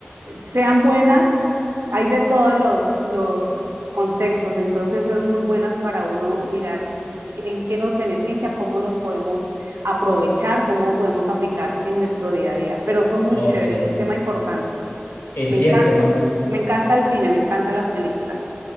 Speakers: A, on the right (about 85°); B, on the left (about 70°).
A: sean buenas, hay de todos los, los contextos, entonces es muy buenas para uno mirar en qué nos beneficia, cómo nos podemos aprovechar, cómo podemos aplicar en nuestro día a día. Pero son muy
B: Oh,
A: chéveres,
B: sí.
A: es un tema importante.
B: Es
A: Me
B: cierto.
A: encanta,
B: Emma.
A: me encanta el cine, me encantan las películas.